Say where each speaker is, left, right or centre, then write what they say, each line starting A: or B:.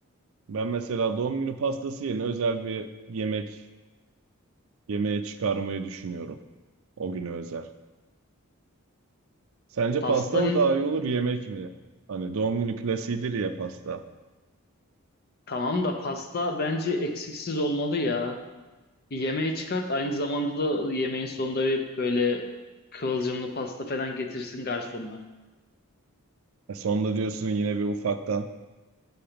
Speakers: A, on the right (about 65°); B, on the left (about 45°).
A: ben mesela doğum günü pastası yerine özel bir yemek yemeğe çıkarmayı düşünüyorum. O güne özel. Sence
B: Pasta
A: pasta mı daha iyi olur yemek mi? Hani doğum günü klasiğidir ya pasta.
B: tamam da pasta bence eksiksiz olmalı ya. Bir Yemeği çıkart aynı zamanda da yemeğin sonunda bir böyle kıvılcımlı pasta falan getirsin garsonlar.
A: E sonunda diyorsun yine bir ufaktan.